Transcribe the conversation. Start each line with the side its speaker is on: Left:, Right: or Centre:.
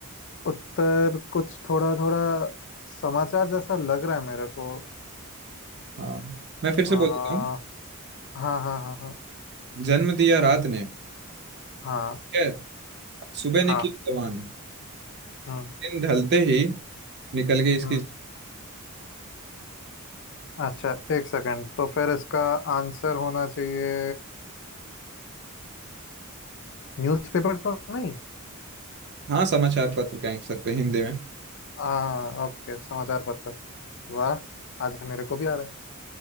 Left: उत्तर कुछ थोड़ा थोड़ा समाचार जैसा लग रहा है मेरे को
Right: हाँ मैं फिर से
Left: आ, हाँ
Right: बोल देता हूँ।
Left: हाँ हाँ हाँ
Right: जन्म दिया रात ने
Left: हाँ
Right: ठीक है सुबह निकली
Left: हाँ
Right: जवान
Left: हम्म
Right: दिन ढलते ही निकल गई इसकी
Left: हम्म अच्छा एक सेकंड तो फिर इसका आंसर होना चाहिए न्यूज़पेपर तो नहीं
Right: हाँ समाचार पत्र कह सकते हैं हिंदी में
Left: हाँ ओके समाचार पत्र वाह आज मेरे को भी आ रहा है